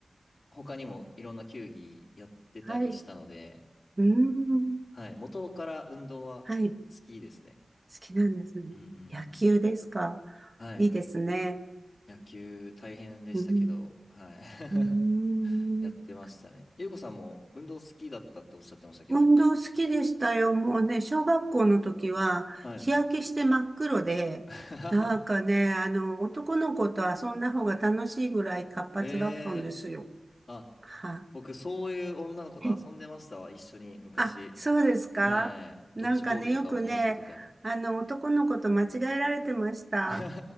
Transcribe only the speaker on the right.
はい、うーん。
はい。好きなんですね。
野球ですか
いいですね。
うん、
うーん。
運動好きでしたよ。もうね、小学校の時は日焼けして真っ黒で、
なんかね、あの、男の子と遊んだ方が楽しいぐらい活発だったんですよ。
は
い
あ、そうですかなんかね、
よくね、あの、男の子と間違えられてました。